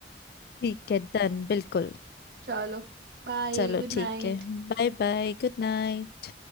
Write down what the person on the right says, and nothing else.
चलो बाय
गुड
नाइट